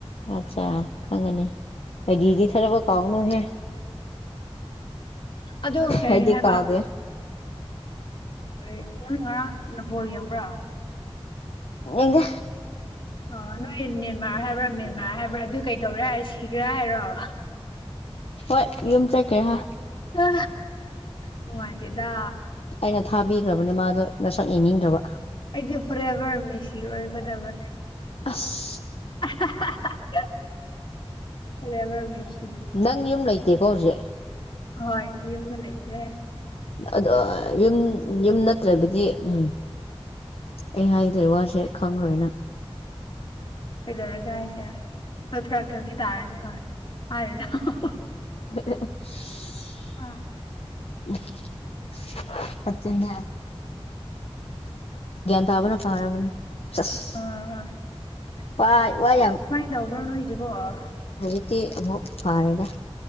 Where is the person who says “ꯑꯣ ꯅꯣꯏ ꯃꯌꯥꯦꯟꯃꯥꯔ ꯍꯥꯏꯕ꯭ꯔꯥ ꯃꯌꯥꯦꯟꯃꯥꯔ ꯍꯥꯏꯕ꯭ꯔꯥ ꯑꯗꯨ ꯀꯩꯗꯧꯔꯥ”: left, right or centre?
Left